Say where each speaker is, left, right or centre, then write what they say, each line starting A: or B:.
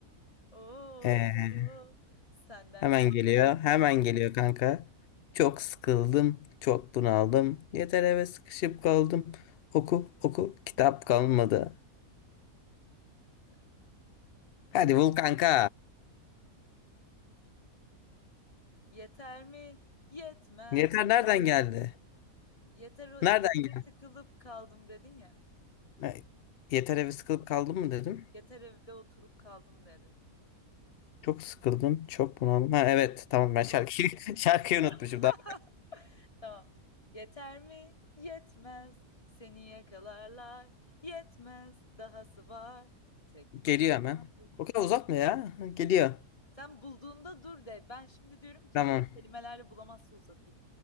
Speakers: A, on the left; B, on the left.
A: Oo,
B: Ee,
A: senden
B: hemen geliyor hemen geliyor kanka. Çok sıkıldım çok bunaldım. Yeter eve sıkışıp kaldım. Oku oku kitap kalmadı.
A: çoktur.
B: Hadi bul kanka.
A: Yeter mi? Yetmez.
B: Yeter nereden geldi?
A: Yeter o eve
B: Nereden
A: tıkılıp kaldım dedin ya.
B: girdin? Yeter eve sıkılıp kaldım mı dedim.
A: Yeter evde oturup kaldım dedin.
B: Çok sıkıldım. Çok bunaldım. Ha evet
A: Yeter
B: tamam ben
A: evde
B: şarkıyı,
A: oturup.
B: <laughs> şarkıyı
A: <laughs>
B: unutmuşum. Daha
A: Tamam. Yeter mi? Yetmez. Seni yakalarlar. Yetmez. Dahası var. Tek
B: geliyor
A: başıma.
B: hemen. O kadar uzatma ya. Geliyor.
A: Sen bulduğunda dur de. Ben şimdi diyorum ki
B: Tamam.
A: kelimelerle bulamazsa uzatayım.